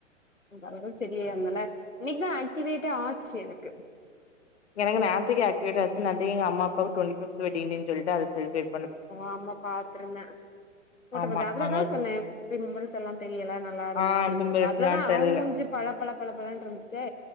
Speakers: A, on the left; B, on the left.
A: <unintelligible> சரியே ஆனனால இன்னைக்குதா ஆக்டிவேட்டா ஆச்சு எனக்கு
B: எனக்கு நேத்தக்கே ஆக்டிவேட் ஆய்டுச்சு ந எ அம்மா அப்பாக்கு டுவென்டி ஃப்ப்து வெட்டிங் டேன்னு சொல்ட்டு அதுக்கு செலிபிரேட்
A: ஓ ஆமா பாத்துருந்தே ஃபோட்டோ
B: ஆமா
A: பாத்து அதுலதா
B: அங்க
A: சொன்னே பிம்பிள்ஸ் எல்லா தெரியில நல்லா இருந்துச்சு
B: ஆ எப்டி
A: ஃபோட்டோ
B: பேசலான்
A: அதுலதா அவ
B: தெர்ல
A: முஞ்சு பல பல பல பலன்ருந்துச்சே